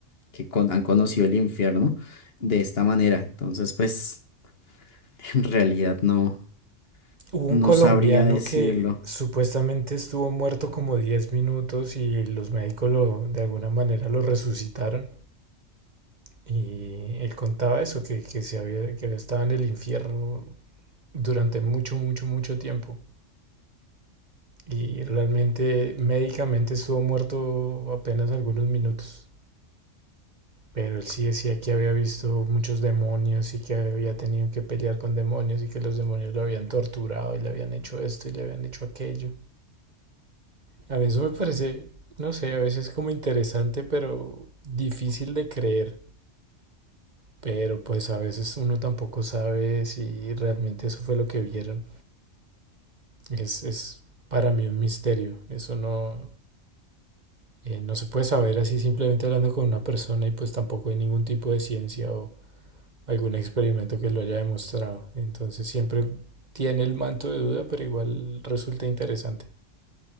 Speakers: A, on the left; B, on the right.
A: que con- han conocido el infierno de esta manera. Entonces, pues <laughs> en realidad no,
B: Hubo
A: no
B: un colombiano
A: sabría decirlo.
B: que supuestamente estuvo muerto como 10 minutos y los médicos lo, de alguna manera lo resucitaron. Y él contaba eso, que, que, se había, que había estado en el infierno durante mucho, mucho, mucho tiempo. Y realmente médicamente estuvo muerto apenas algunos minutos. Pero él sí decía que había visto muchos demonios y que había tenido que pelear con demonios y que los demonios lo habían torturado y le habían hecho esto y le habían hecho aquello. A mí eso me parece, no sé, a veces como interesante, pero difícil de creer. pero pues a veces uno tampoco sabe si realmente eso fue lo que vieron. Es, es para mí un misterio. Eso no, eh, no se puede saber así simplemente hablando con una persona y pues tampoco hay ningún tipo de ciencia o algún experimento que lo haya demostrado. Entonces siempre tiene el manto de duda, pero igual resulta interesante.